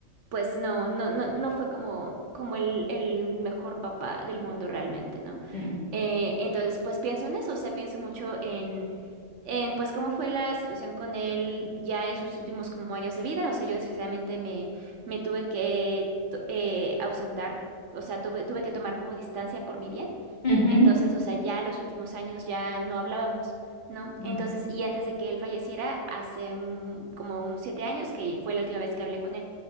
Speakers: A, on the right (about 65°); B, on the left (about 35°).
A: pues no, no, no, no fue como, como el, el mejor papá del mundo realmente, ¿no?
B: mm,
A: Eh, entonces, pues pienso en eso, o sea, pienso mucho eh, pues cómo fue la situación con él ya en sus últimos como años de vida. O sea, yo desgraciadamente me, me tuve que to- eh, ausentar, o sea, tuve, tuve que tomar como distancia por mi bien.
B: ujú,
A: Entonces, o sea, ya los últimos años ya no hablábamos, ¿no?
B: mm,
A: Entonces, y antes de que él falleciera, hace mm, como un siete años que fue la última vez que hablé con él.